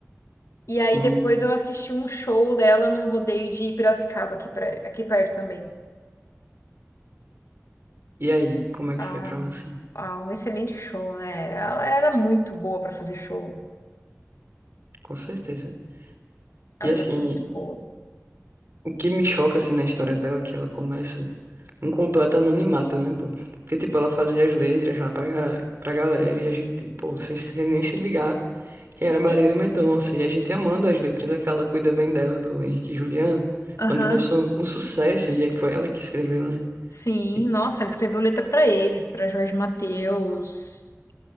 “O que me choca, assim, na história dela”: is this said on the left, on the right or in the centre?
Right